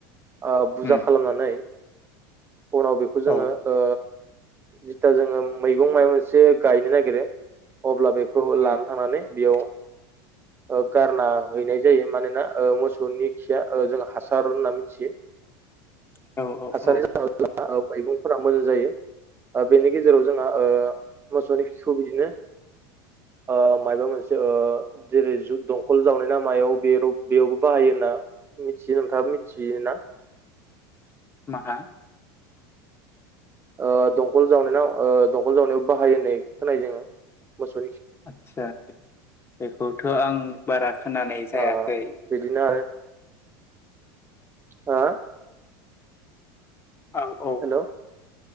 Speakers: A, on the right; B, on the left.
A: ओ बुजा
B: उम
A: खालामनानै उनाव बेखौ जोङो
B: औ
A: ओ जिथिया जोङो मैगं मायबा मोनसे गायनो नागिरो अब्ला बेखौ
B: उम
A: लानो थांनानै बेयाव
B: <inaudible>
A: ओ गारना हैनाय जायो। मानोना ओ मोसौनि खिया ओ जों हासार होनना मिथियो।
B: <inaudible> औ
A: हासार
B: औ
A: <unintelligible> औ मैगंफोरा मोजां जायो। ओ बेनि गेजेराव जोंहा ओ मोसौनि खिखौ बिदिनो ओ मायबा मोनसे ओ जेरै जुद दंखल जावनाय ना मायाव बे रग बेयावबो बाहायो ना मिथियो, नोंथाङाबो मिथियोना?
B: माहा?
A: ओ दंखल जावनायनाव ओ दंखल जावनायाव बाहाय होननाय खोनाय जोङो। मोसौनि खि
B: आदसा बेखौथ' आं बारा खोनानाय जायाखै।
A: ओ बिदिनो आरो हा?
B: आव औ।
A: हेल'